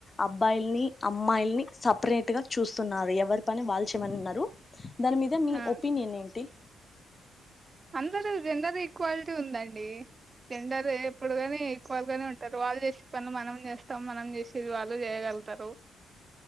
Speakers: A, on the left; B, on the right.
A: అబ్బాయిల్ని అమ్మాయిల్ని సప్రేట్గా చూస్తున్నారు ఎవరి పని వాళ్ళు చేయమంటున్నారు దాని మీద మీ
B: ఆ
A: ఒపీనియన్ ఏంటి
B: అందరూ జెండర్ ఈక్వాలిటీ ఉందండి. జెండర్ ఎప్పుడు కానే ఈక్వల్గానే ఉంటారు. వాళ్ళు చేసే పనులు మనం చేస్తాం మనం చేసేది వాళ్ళు చేయగలుగుతారు.